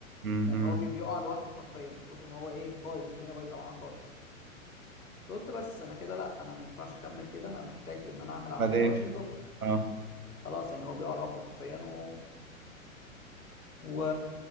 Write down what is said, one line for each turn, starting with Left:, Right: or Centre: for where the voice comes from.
Right: امم
Left: يعني هو بي- بيقع لوحده حرفيا من كتر ما هو ايه بايظ الدنيا بايظه معاه خالص قلت بس انا كده لا انا ما ينفعش اكمل كده انا محتاج ان انا اعمل عمليه
Right: بعدين
Left: واشيل ضفري
Right: اه
Left: خلاص يعني هو بيقع لوحده حرفيا و... و...